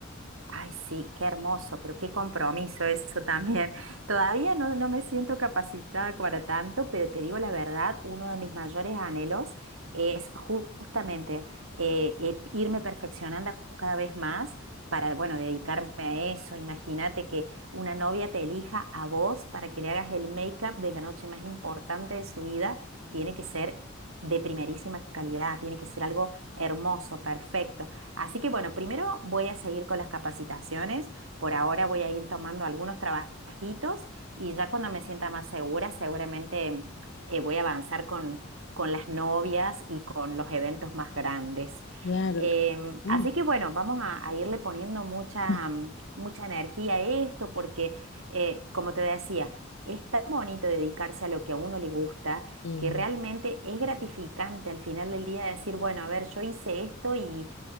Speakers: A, on the right; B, on the left.
A: Ay, sí, qué hermoso, pero qué compromiso eso también. <laughs> Todavía no, no me siento capacitada para tanto, pero te digo la verdad, uno de mis mayores anhelos es ju- justamente eh, eh, irme perfeccionando cada vez más para, bueno, dedicarme a eso. Imagínate que una novia te elija a vos para que le hagas el make-up de la noche más importante de su vida, tiene que ser de primerísima calidad, tiene que ser algo hermoso, perfecto. Así que bueno, primero voy a seguir con las capacitaciones. Por ahora voy a ir tomando algunos trabajitos y ya cuando me sienta más segura, seguramente eh, voy a avanzar con, con las novias y con los eventos más grandes.
B: Claro.
A: Em,
B: que-
A: así
B: mm.
A: que bueno, vamos a, a irle poniendo mucha,
B: <laughs>
A: mm, mucha energía a esto porque, eh, como te decía, es tan bonito dedicarse a lo que a uno le gusta
B: Y
A: que realmente es gratificante al final del día decir, bueno, a ver, yo hice esto y